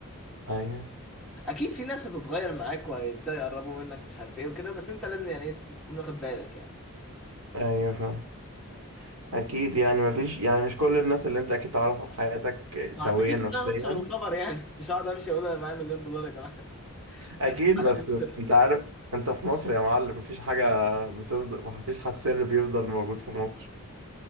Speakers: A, on the right; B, in the centre.
A: ايوه
B: اكيد في ناس هتتغير معاك وهيبداوا يقربوا منك مش عارف ايه وكده بس انت لازم يعني ايه تكون واخد بالك يعني
A: ايوه فاهم اكيد يعني مفيش يعني مش كل الناس اللي انت اكيد تعرفها في حياتك سوية
B: ما اعتقدش
A: نفسيا
B: ان انا هنشر الخبر يعني <laughs> مش هقعد امشي اقول انا معايا مليون دولار يا جماعه <laughs>
A: اكيد
B: هخاف عليهم
A: بس
B: يتسرقوا.
A: انت عارف انت في مصر يا معلم مفيش حاجه بتفضل مفيش حد سر بيفضل موجود في مصر